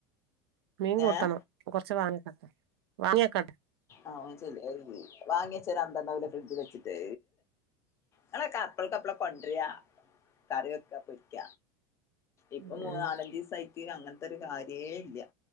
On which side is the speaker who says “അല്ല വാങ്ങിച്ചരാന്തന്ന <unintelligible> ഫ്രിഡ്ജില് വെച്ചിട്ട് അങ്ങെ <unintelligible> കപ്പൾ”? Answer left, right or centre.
Left